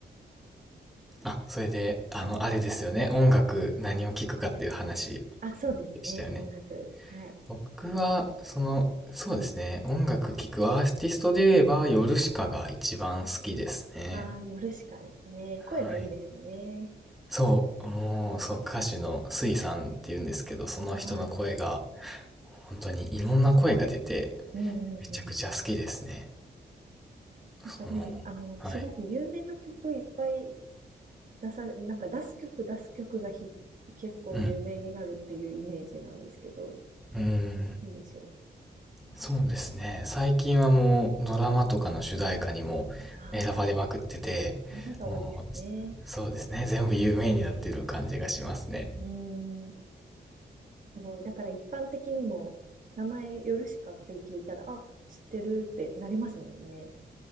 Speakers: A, in the centre; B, on the right (about 50°).
A: あ、それで、あの、あれですよね。音楽、何を聴くかっていう話
B: あ、そうですね。
A: でしたよね。
B: 音楽。はい。
A: 僕は、その、そうですね。音楽聴くアーティストで言えば、ヨルシカが一番好きですね。
B: ああ、ヨルシカですね。声がいいですよね。
A: はい。そう、もう、そう、歌手のスイさんっていうんですけど、その人の声が、
B: はい。
A: 本当にいろんな声が出て、
B: うんうんうん。
A: めちゃくちゃ好きですね。
B: なんかね、
A: その、
B: あの、
A: はい。
B: すごく有名な曲いっぱい出され、なんか出す曲出す曲がひ、結構有名になるっていうイメージなんですけど、
A: うん。うん。
B: どうでしょう。
A: そうですね。最近はもうドラマとかの主題歌にも選ばれまくってて、
B: ああ、なんか多いですね。
A: もう、そうですね。全部有名になってる感じがしますね。
B: うーん。すごい。だから一般的にも、名前ヨルシカって聞いたら、あ、知ってるってなりますもんね。